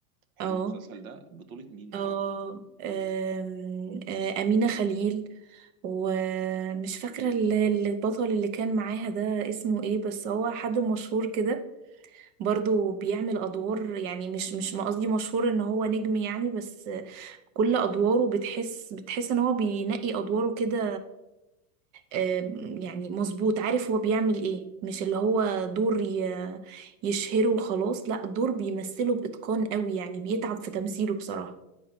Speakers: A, on the right (about 65°); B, on the right (about 45°).
A: حلو
B: اه
A: المسلسل ده بطولة مين
B: اه
A: ده
B: آم، آه، أمينة خليل ومش فاكرة ال- البطل اللي كان معاها ده اسمه ايه بس هو حد مشهور كده برضو بيعمل أدوار يعني مش مش ما قصدي مشهور ان هو نجم يعني بس كل أدواره بتحس بتحس ان هو بينقي أدواره كده آم، يعني مظبوط عارف هو بيعمل ايه مش اللي هو دور ي- يشهره وخلاص لا دور بيمثله بإتقان قوي يعني بيتعب في تمثيله بصراحة